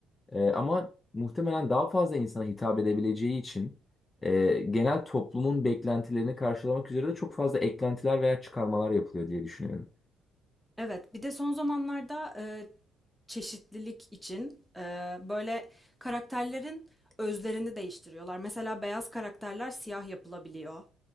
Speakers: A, on the left; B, in the centre.
A: Ee, ama muhtemelen daha fazla insana hitap edebileceği için e, genel toplumun beklentilerini karşılamak üzere de çok fazla eklentiler veya çıkarmalar yapılıyor diye düşünüyorum.
B: Evet, bir de son zamanlarda e, çeşitlilik için e, böyle karakterlerin özlerini değiştiriyorlar. Mesela beyaz karakterler siyah yapılabiliyor.